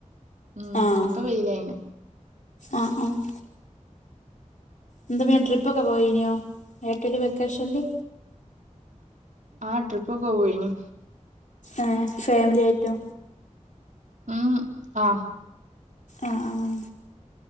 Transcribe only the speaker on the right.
ഉം
ഇപ്പൊ വെയിലായിന്
ആഹ് ട്രിപ്പൊക്കെ പോയിനി
ഉം ആഹ്